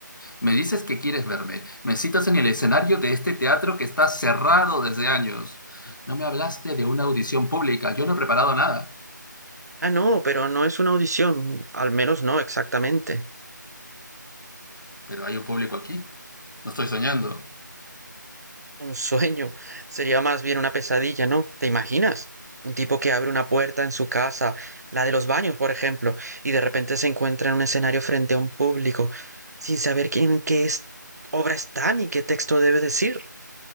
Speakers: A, on the left; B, on the right.
A: Me dices que quieres verme. Me citas en el escenario de este teatro que está cerrado desde años. No me hablaste de una audición pública. Yo no he preparado nada.
B: Ah, no, pero no es una audición. Al menos no exactamente.
A: Pero hay un público aquí. No estoy soñando.
B: Un sueño. Sería más bien una pesadilla, ¿no? ¿Te imaginas? Un tipo que abre una puerta en su casa, la de los baños, por ejemplo, y de repente se encuentra en un escenario frente a un público, sin saber quién qué es, obra está ni qué texto debe decir.